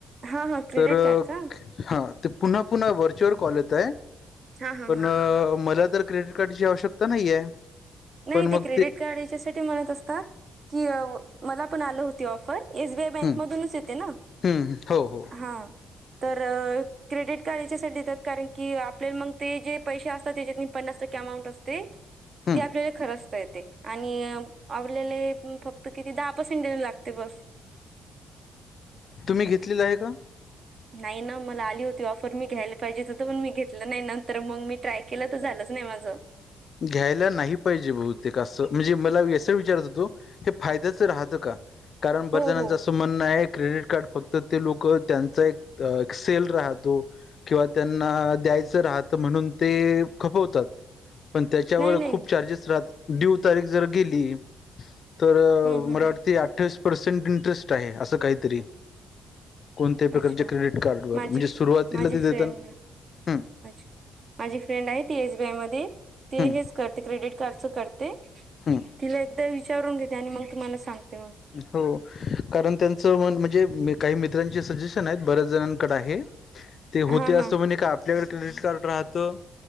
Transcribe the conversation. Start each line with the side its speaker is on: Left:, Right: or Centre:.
Right: हा हा क्रेडिट
Left: तर
Right: कार्ड का
Left: हा ते पुन्हा पुन्हा व्हर्च्युअल कॉल येतायत
Right: हा हा
Left: पण
Right: हा
Left: मला तर क्रेडिट कार्डची आवश्यकता नाहीये
Right: नाही
Left: पण मग
Right: ते क्रेडिट कार्ड याच्यासाठी म्हणत असतात की मला पण आलं होती ऑफर एसबीआय बँक
Left: हम्म
Right: मधूनच येते ना
Left: हम्म हो हो
Right: हा तर. क्रेडिट कार्ड याच्यासाठी देतात कारण की आपल्याला मग ते जे पैसे असतात त्याच्यात मी पन्नास टक्के अमाऊंट असते
Left: हम्म
Right: ती आपल्याला खरंचता येते आणि आपल्याला फक्त किती दहा पर्सेंट देण लागते बस
Left: तुम्ही घेतलेलं आहे का
Right: नाही ना मला आली होती ऑफर मी घ्यायला पाहिजेच तर पण मी घेतलं नाही नंतर मग मी ट्राय केलं तर झालंच नाही माझं
Left: घ्यायला नाही पाहिजे बहुतेक असं म्हणजे मला असं विचारत हो तो हे फायद्याच राहतं का कारण बर
Right: हो
Left: जणांचं
Right: हो
Left: असं म्हणणं आहे क्रेडिट कार फक्त ते लोक त्यांचा एक सेल राहतो. किंवा त्यांना द्यायचं राहतं म्हणून ते खपवतात. पण त्याच्यावर
Right: नाही नाही
Left: खूप चार्जेस राहत दव तारीख जर गेली तर
Right: हं, हं,
Left: मला
Right: हं.
Left: वाटते अठ्ठावीस पर्सेंट इंटरेस्ट आहे. असं काहीतरी कोणत्या प्रकारच्या
Right: अच्छा
Left: क्रेडिट कार्डवरर
Right: माझी
Left: म्हणजे
Right: फ्र-
Left: सुरुवातीला
Right: माझी
Left: ते देत
Right: फ्रेंड
Left: ना
Right: अच्छा माझी फ्रेंड आहे त एसबीआय मध्ये ते
Left: हम्म
Right: हेच करते क्रेडिट कार्डच करते
Left: हम्म
Right: तिला एकदा विचारून घेते आणि मग तुम्हाला सांगते मग
Left: हो कारण त्यांचं म म्हणजे काही मित्रांचे सजेशन आहेत बऱ्याच जणांकडे आहे
Right: <unintelligible>
Left: ते होते असतं
Right: हां
Left: म्हणेज काय आपल्याकडे क्रेडिट कार्ड राहतं.